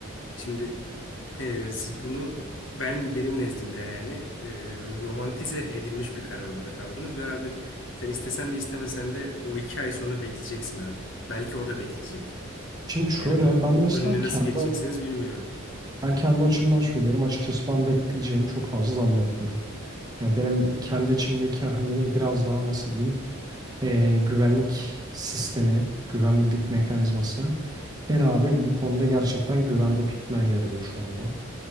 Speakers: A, on the left; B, on the right.
A: Şimdi ee, siz bunu ben benim nezdimde yani e, romantize edilmiş bir karar olarak aldınız ve abi sen istesen de istemesen de o iki ay sonra bekleyeceksin abi. Belki o da bekleyecek.
B: Şimdi şöyle
A: Yani bu
B: ben mesela
A: önüne
B: kendi
A: nasıl geçeceksiniz bilmiyorum.
B: ben kendi açımdan söylüyorum açıkçası ben bekleyeceğimi çok fazla zannetmiyorum. Ya benim kendi
A: Hı
B: içimdeki hani biraz daha nasıl diyeyim eee, güvenlik sistemi, güvenlik mekanizması beni abi bu konuda gerçekten güvende tutmaya yarıyor şu anda.